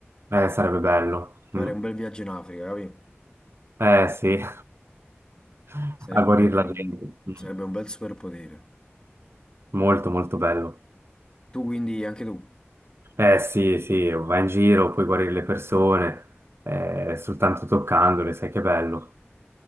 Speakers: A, on the right (about 65°); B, on the left (about 20°).
A: Eh, sarebbe bello.
B: Fare
A: Mm.
B: un bel viaggio in Africa, capi?
A: Eh sì, <laughs>
B: Sarebbe
A: a guarire la gente.
B: un,
A: Mm.
B: sarebbe un bel superpotere.
A: Molto, molto bello.
B: Tu quindi, anche tu,
A: Eh sì, sì, vai in giro, puoi guarire le persone, eh, soltanto toccandole, sai che bello.